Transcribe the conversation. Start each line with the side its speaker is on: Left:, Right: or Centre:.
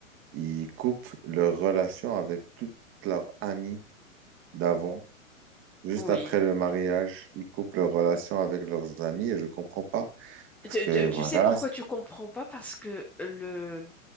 Right: ils coupent leur relation avec toute leur amie d'avant. Juste
Centre: Oui.
Right: après le mariage, ils coupent leur relation avec leurs amis et je comprends pas. Parce
Centre: Tu,
Right: que
Centre: tu- tu
Right: voilà,
Centre: sais pourquoi tu comprends pas? Parce que le